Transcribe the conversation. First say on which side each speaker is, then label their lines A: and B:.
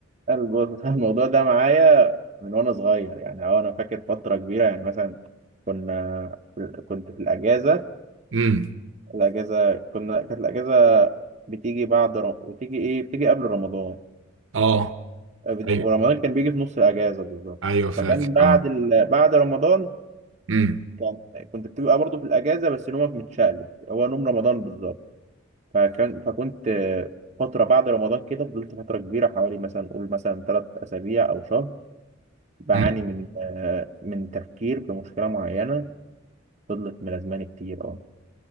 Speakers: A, on the right; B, on the right.
A: الب- <laughs> الموضوع ده معايا من وانا صغير يعني أه انا فاكر فتره كبيره يعني مثلا كنا كنت في الاجازه
B: امم
A: الاجازه كنا كانت الاجازه بتيجي بعد ر... بتيجي ايه بتيجي قبل رمضان
B: اه
A: آه، بت-
B: ايوه
A: ورمضان كان بيجي في نص الاجازه بالظبط
B: ايوه فاكر
A: فكان بعد
B: اه
A: ال... بعد رمضان
B: امم
A: كان كنت بتبقى برضو في الاجازه بس نومك متشقلب هو نوم رمضان بالظبط فكان فكنت آه، فترة بعد رمضان كده فضلت فترة كبيرة حوالي مثلا قول مثلا ثلاث أسابيع أو شهر بعاني
B: امم.
A: من آه، من تفكير في مشكلة معينة فضلت ملازماني كتير أه